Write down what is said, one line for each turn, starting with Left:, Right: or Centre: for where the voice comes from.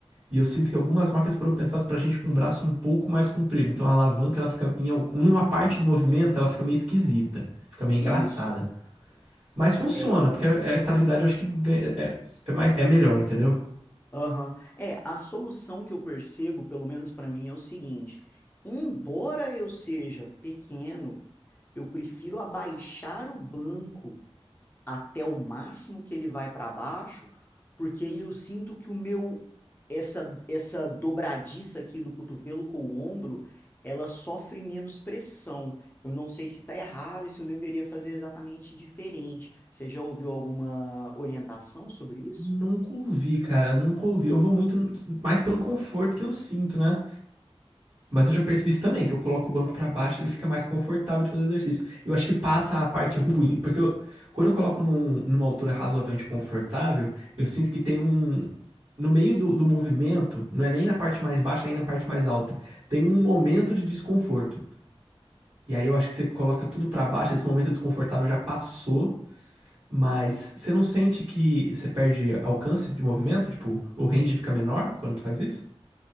Right: E eu sinto que algumas máquinas foram pensadas pra gente com um braço um pouco mais comprido. Então a alavanca, ela fica em uma parte do movimento, ela fica meio esquisita, fica meio engraçada.
Left: isso.
Right: Mas funciona,
Left: É.
Right: porque é, é a estabilidade eu acho que é, é mais, é melhor, entendeu?
Left: Aham. É, a solução que eu percebo, pelo menos para mim, é o seguinte: embora eu seja pequeno, eu prefiro abaixar o banco até o máximo que ele vai para baixo, porque aí eu sinto que o meu essa essa dobradiça aqui do cotovelo com o ombro, ela sofre menos pressão. Eu não sei se está errado e se eu deveria fazer exatamente diferente. Você já ouviu alguma orientação sobre isso?
Right: Nunca ouvi, cara, nunca ouvi. Eu vou muito mais pelo conforto que eu sinto, né? Mas eu já percebi isso também, que eu coloco o banco pra baixo, ele fica mais confortável de fazer o exercício. Eu acho que passa a parte ruim, porque eu- quando eu coloco num- numa altura razoavelmente confortável, eu sinto que tem um. No meio do, do movimento, não é nem na parte mais baixa, nem na parte mais alta, tem um momento de desconforto. E aí eu acho que você coloca tudo pra baixo, esse momento desconfortável já passou, mas você não sente que você perde alcance de movimento? Tipo, o range fica menor quando tu faz isso?